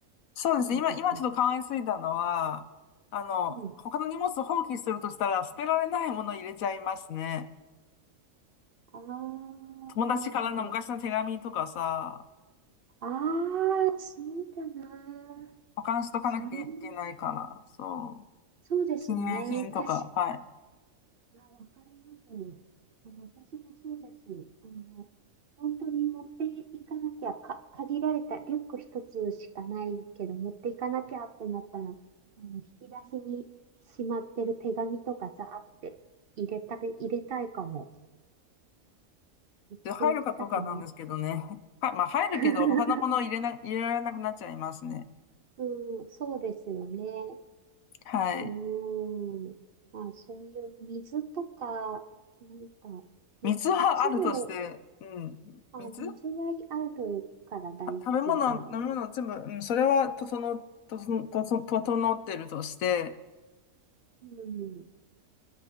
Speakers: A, on the left (about 80°); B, on the right (about 50°).
A: そうですね。
B: そうですね。
A: 今、今ちょっと考えついたのは、あの、
B: うん。
A: 他の荷物を放棄するとしたら、捨てられないものを入れちゃいますね。
B: あ
A: 友達からの昔の手紙とかさ、
B: あ、ああ、そうだな。
A: 保管しとかなきゃいけないから、
B: それも、
A: そう。
B: そうですね。
A: 記念品とか、
B: 確
A: はい。
B: あ、わかります。あ私もそうです。あの、本当に持っていかなきゃ、か、限られたリュック一つしかないけど、持っていかなきゃってなったら、あの、引き出しにしまってる手紙とかザーって入れたい、入れたいかも。持っていきたくない。
A: で、入るかとかなんですけどね。<laughs> は、まあ、入るけど、
B: <laughs>
A: 他のものを入れな、入れられなくなっちゃいますね。
B: うん、そうですよね。
A: はい。
B: うーん。まあ、そういう水とか、なんか、
A: 水はあるとして、
B: え、いつも
A: うん。
B: あ、
A: 水は
B: 水はあるから大丈夫なのか。
A: 食べ物、飲み物、全部、うん、それは、とその、とその、とその、整ってるとして、
B: うん、